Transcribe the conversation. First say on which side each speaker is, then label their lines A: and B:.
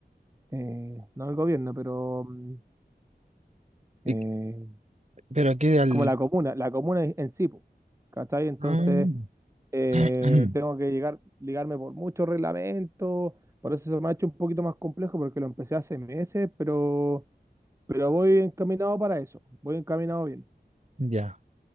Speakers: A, on the right (about 15°); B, on the right (about 40°).
A: Eh, no el gobierno, pero mm, eh,
B: ¿Y- ¿Pero aquí al...?
A: como la comuna, la comuna en sí, po, ¿cachai? Entonces,
B: Mm,
A: eh,
B: <clears throat>
A: tengo que llegar, ligarme por muchos reglamentos, por eso se me ha hecho un poquito más complejo porque lo empecé hace meses, pero, pero voy encaminado para eso, voy encaminado bien,
B: Ya,